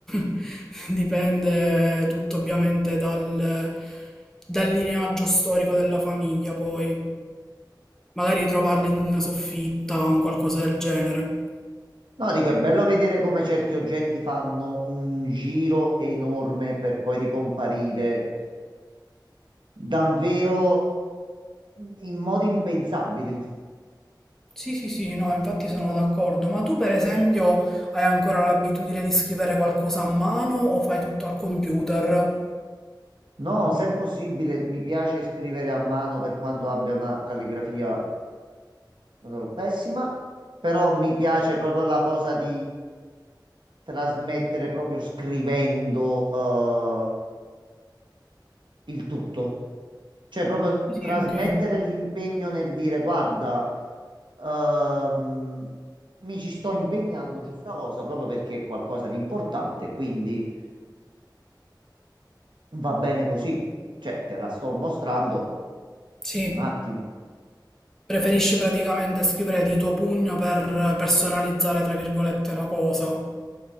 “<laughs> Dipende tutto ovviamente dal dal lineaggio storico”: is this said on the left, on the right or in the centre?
Centre